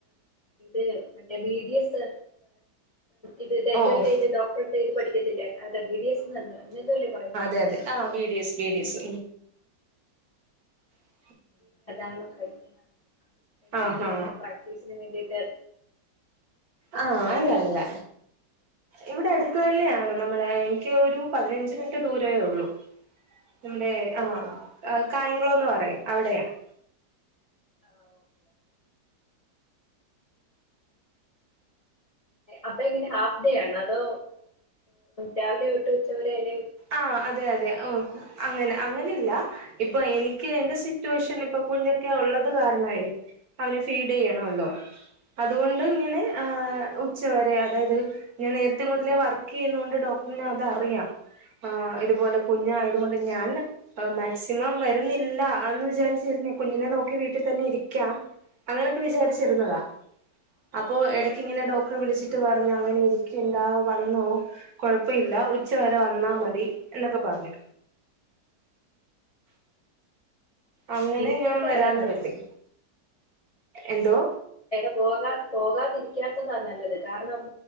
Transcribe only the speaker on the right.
ഓഹ്
അത അതെ ആ എക്്പീരിയസ് ഉ
ആഹാ
ആഹ അല്ല അല്ല ഇവിടെ അടുത്ത തന്നെയാണ് നമ്മള എനിക്ക് ഒരു പതിനഞ്ച് മിനിറ്റ് ദൂരമേ ഉള്ളു ഇതിനു മുന്നേ
ആഹ്കായംകുളംന്ന് പറയും അവിടെയാണ്
ആഹ്അതെ അതെ ഓ അങ്ങനെ അങ്ങനെല്ല ഇപ്പൊ എനിക്ക് എന്റെ സിറ്റുവേഷൻ ഇപ്പൊ കുഞ്ഞൊക്കെ ഉള്ളത് കാരണമായി അവന് ഫീഡ് യ്യണല്ലോ അതുകൊണ്ട് ഇങ്ങനെ ഉച്ചവരെ അതായത് ഞാൻ നേരത്തെ മുതലേ വർക്ക് ചെയ്യുന്നൊണ്ട് ഡോ അപ്പ പിന്ന അതറിയാം ആഹ് ഇതുപോലെ കുഞ്ഞായതുകൊണ്ട് ഞാൻ മാക്സിമം വരുന്നില്ല എന്ന് വിചാരിച്ചിരുന്ന കുഞ്ഞിനെ നോക്കി വീട്ടിൽ തന്നെ ഇരിക്കാം അങ്ങനെയൊക്കെ വിചാരിച്ചിരുന്നതാ അപ്പോ ഇടക്ക് ഇങ്ങനെ ഡോക്ടറെ വിളിച്ചിട്ട് പറഞ്ഞു അങ്ങനെ ഇരിക്കണ്ടാ വന്നോ കൊഴപ്പ ഇല്ല <unintelligible> ഉച്ച വരെ വന്നാ മതി എന്നൊക്കെ പറഞ്ഞു അങ്ങനെ
ഞാൻ വരാന്ന് കരുതി എന്തോ